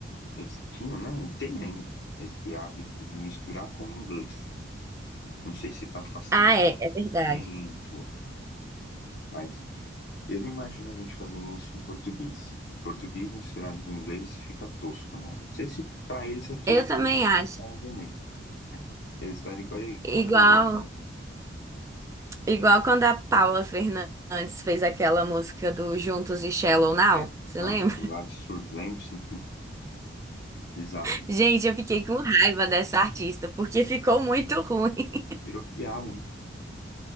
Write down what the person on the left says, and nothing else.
eles tinham, né? E tem ainda esse hábito de misturar com o inglês. Não sei se para facilitar
o entendimento, mas Eu não imagino a gente fazendo isso em português. Português misturado com inglês fica tosco, né? Não sei se pra eles é tosco
também, mas
eles falam também. Eles fazem de qualquer
qualquer jeito, né?
É,
não,
aquele lá absurdo. Lembro, sim. <laughs> Bizarro,
né?
Virou piada, né?